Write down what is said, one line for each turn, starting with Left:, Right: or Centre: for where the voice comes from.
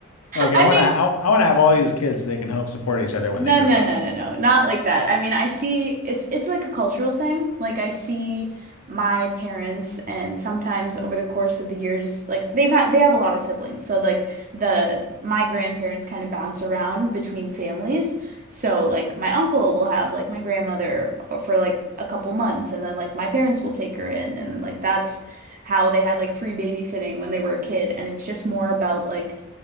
Left: Like
Right: I
Left: I want
Right: mean,
Left: to, I, I want to have all these kids so they can help support each other when
Right: No,
Left: they grow
Right: no,
Left: up.
Right: no, no, no. Not like that. I mean, I see it's it's like a cultural thing. Like I see my parents and sometimes over the course of the years, like they've had they have a lot of siblings. So like the my grandparents kind of bounce around between families. So like my uncle will have like my grandmother for like a couple months and then like my parents will take her in and then like that's how they had like free babysitting when they were a kid and it's just more about like